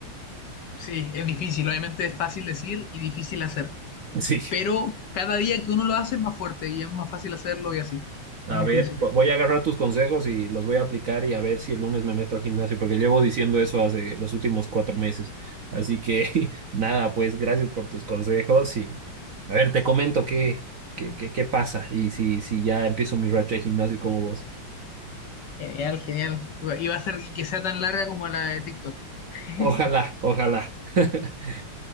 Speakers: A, on the left (about 60°); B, on the right (about 50°).
A: Sí, es difícil. Obviamente es fácil decir y difícil hacer.
B: Sí.
A: Pero cada día que uno lo hace es más fuerte y es más fácil hacerlo y así,
B: A
A: a mi
B: ver,
A: juicio.
B: vo- voy a agarrar tus consejos y los voy a aplicar y a ver si el lunes me meto al gimnasio, porque llevo diciendo eso hace los últimos cuatro meses. Así que <laughs> nada, pues gracias por tus consejos y a ver, te comento qué, qué, qué, qué pasa y si, si ya empiezo mi racha de gimnasio como vos.
A: Genial, genial. Y va a ser y que sea tan larga como la de TikTok. <laughs>
B: Ojalá, ojalá. <laughs>